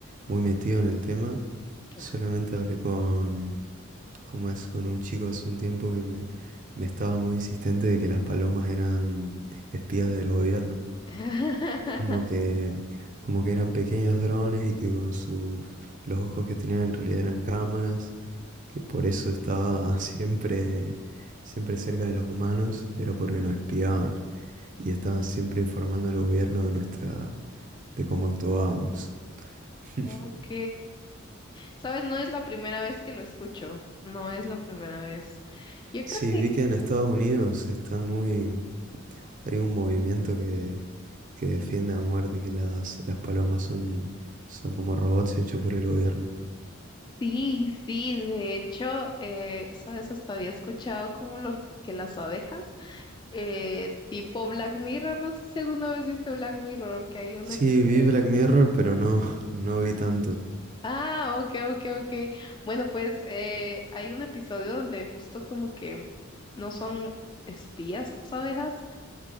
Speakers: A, on the right; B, on the left.
A: muy metido en el tema.
B: Ah.
A: Solamente hablé con, como es con un chico hace un tiempo que me, me estaba muy insistente de que las palomas eran espías del gobierno,
B: <laughs>
A: como que, como que eran pequeños drones y que con sus, los ojos que tenían en realidad eran cámaras, que por eso estaba <laughs> siempre, siempre cerca de los humanos, era porque nos espiaban y estaban siempre informando al gobierno de nuestra, de cómo actuábamos. <laughs>
B: Ok, sabes, no es la primera vez que lo escucho, no es la primera vez. Yo creo
A: Sí, vi que en Estados Unidos están muy... Hay un movimiento que, que defiende a muerte que las, las palomas son, son como robots hechos por el gobierno.
B: Sí, sí, de hecho, eh, sabes, hasta había escuchado como los, que las abejas, eh, tipo Black Mirror, no sé si alguna vez viste Black Mirror, que hay un
A: Sí,
B: episodio.
A: vi Black Mirror, pero no, <laughs> no vi tanto.
B: Ah, ok, ok, ok. Bueno, pues eh, hay un episodio donde justo como que no son espías las abejas,